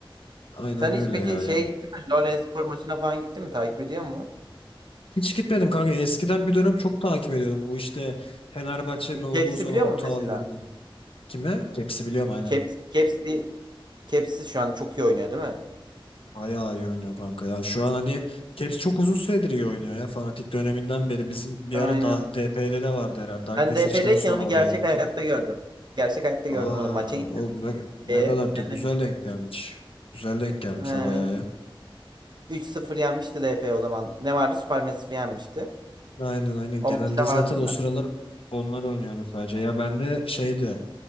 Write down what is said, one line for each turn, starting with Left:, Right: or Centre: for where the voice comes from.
Left: Aynen
Right: Sen
Left: öyle
Right: hiç peki
Left: ya.
Right: şeye
Left: ya.
Right: gittin mi? LoL Espor maçına falan gittin mi? Takip ediyor mu?
Left: Hiç gitmedim kanka. Eskiden bir dönem çok takip ediyordum. Bu işte Fenerbahçe'nin
Right: E,
Left: olduğu
Right: Caps'i
Left: zaman
Right: biliyor musun
Left: bu talilerinin
Right: mesela?
Left: kime? Keps'i biliyorum aynen.
Right: Caps, Caps'i, Caps'i şu an çok iyi oynuyor değil mi?
Left: Bayağı iyi oynuyor kanka ya. Şu an hani Keps çok uzun süredir iyi oynuyor ya. Fanatik döneminden beri. Bizim bir
Right: Aynen.
Left: ara da DP'de de vardı herhalde. Dark
Right: Ben
Left: Passage'den
Right: DP'deyken
Left: sonra
Right: onu
Left: oraya
Right: gerçek
Left: gitti.
Right: hayatta gördüm. Gerçek hayatta
Left: Aa,
Right: gördüm onu. Maça gittim.
Left: o ne, ne
Right: E,
Left: kadar
Right: yani,
Left: da güzel denk gelmiş. Güzel denk gelmiş
Right: e,
Left: o bayağı ya.
Right: 3-0 yenmişti DP o zaman. Ne vardı? Supermassive yenmişti.
Left: Aynen aynen.
Right: O
Left: Genelde
Right: maçta
Left: zaten
Right: vardım
Left: o
Right: ben.
Left: sıralar onlar oynuyordu sadece. Ya ben de şeydi.